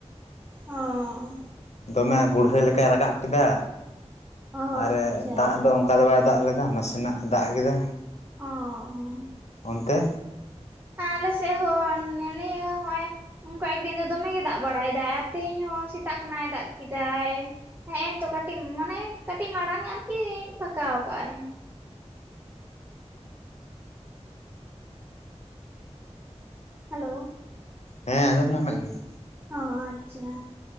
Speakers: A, on the right (about 15°); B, on the left (about 70°).
A: ᱚᱻ
B: ᱫᱚᱢᱮ ᱜᱩᱲᱦᱟᱹᱭ ᱞᱮᱠᱟᱭ ᱨᱟᱠᱟᱵ ᱠᱮᱫᱟ
A: ᱚ
B: ᱟᱨᱮ
A: ᱟᱪᱪᱷᱟ
B: ᱫᱟᱜ ᱫᱚ ᱚ ᱠᱟ ᱫᱚ ᱵᱟᱭ ᱫᱟᱜ ᱞᱮᱫᱟ ᱱᱟᱥᱮᱱᱟᱜ ᱫᱟᱜ ᱠᱮᱫᱟ᱾
A: ᱚ, ᱚ ᱾
B: ᱚᱱᱛᱮ?
A: ᱟᱞᱮ ᱥᱮᱫ ᱦᱚᱸ ᱱᱮ ᱱᱤᱭᱟᱹ ᱦᱚᱭ ᱩᱝ ᱠᱚᱭᱮᱠ ᱫᱤᱱ ᱫᱚ ᱫᱚᱢᱮ ᱜᱮ ᱫᱟᱜ ᱵᱟᱲᱟᱭᱮᱫᱟᱭ ᱟᱨ ᱛᱮᱦᱮᱧ ᱦᱚᱸ ᱥᱮᱛᱟᱜ ᱠᱷᱚᱱᱟᱜ ᱮ ᱫᱟᱜ ᱠᱤᱫᱟᱭ᱾ ᱦᱮᱸ ᱮᱱ ᱛᱚ ᱠᱟᱹᱴᱤᱡ ᱢᱟᱱᱮ ᱠᱟᱹᱴᱤᱡ ᱢᱟᱲᱟᱝ ᱟᱨᱠᱤ ᱯᱷᱟᱠᱟᱣ ᱠᱟᱜᱼᱟᱭ᱾ ᱦᱮᱞᱳ!
B: ᱦᱮᱸ ᱟᱸᱡᱚᱢ ᱧᱟᱢᱮᱜ ᱜᱤᱭᱟᱹᱧ᱾
A: ᱚ ᱟᱪᱪᱷᱟ᱾